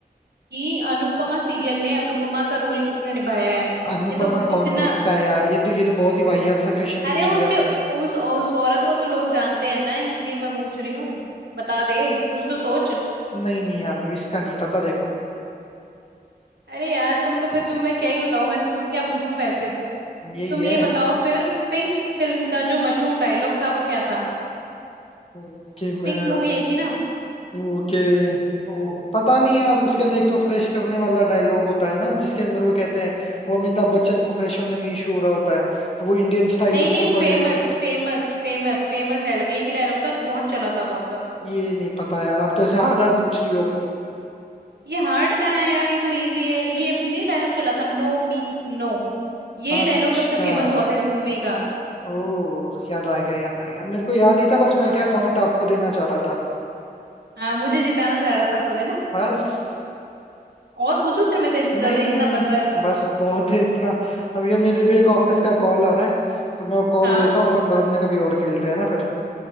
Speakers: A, on the right; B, on the left.
A: कि अनुपमा सीरियल में अनुपमा का रोल किसने निभाया है
B: अनुपमा
A: ये तो इतना
B: कौन देखता है यार ये तो ये तो बहुत ही वाहियात सा क्वेश्चन
A: अरे
B: पूछ
A: उसके
B: लिया आपने
A: उस उस औरत को तो लोग जानते हैं ना इसलिए मैं पूछ रही हूँ बता दे कुछ तो सोच
B: नहीं नहीं यार इसका नहीं पता देखो
A: अरे यार तुम तो फिर तुम मैं क्या ही बताऊं मैं तुमसे क्या पूछूं मैं फिर
B: यही
A: तुम
B: है
A: ये बताओ फिर पिंक फिल्म का जो मशहूर डायलॉग था वो क्या था
B: हम्म, कि मैं
A: पिंक मूवी आई थी ना
B: ओके ओ, पता नहीं यार उसके अंदर एक तो फ्रेश करने वाला डायलॉग होता है ना जिसके अंदर वो कहते हैं वो अमिताभ बच्चन को फ्रेश होने में इशू हो रहा होता है तो वो इंडियन स्टाइल
A: नहीं
B: उसको
A: नहीं
B: टॉयलेट
A: famous
B: में
A: famous famous famous dialogue ये की डायलॉग था जो बहुत चला था बहुत ज्यादा
B: ये नहीं पता यार आप तो ऐसे हार्ड हार्ड पूछ रही हो अब
A: ये हार्ड कहाँ है यार ये तो इजी है ये नहीं डायलॉग चला था नो मीन्स नो ये
B: अच्छा
A: डायलॉग सबसे फेमस हुआ था इस मूवी का
B: ओ याद आ गया याद आ गया मेरे को याद ही था बस
A: हाँ
B: मैं क्या पॉइंट आपको देना चाह रहा था
A: हाँ मुझे जिताना चाह रहा था तू है ना
B: बस
A: और पूछू फिर मैं तेरे से
B: नहीं
A: ज्यादा
B: नहीं
A: इतना
B: नहीं
A: बन रहा है तो, तो।
B: बस बहुत है इतना अब ये मेरे भी एक ऑफिस का कॉल आ रहा है तो मैं कॉल
A: <laughs> हाँ
B: लेता हूँ अपन बाद में कभी और खेलते हैं ना फिर